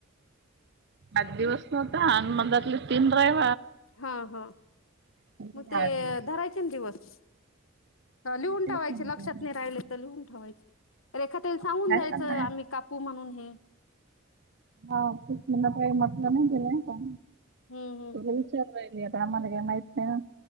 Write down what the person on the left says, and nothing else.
हा हा
मग
ते
धरायचे न दिवस
अ लिहून
ठेवायच
लक्षात
नाही राहिले तर लिहून ठेवायच. रेखाताईला सांगून
द्यायचं
आम्ही कापू म्हणून हे. <inaudible>
हम्म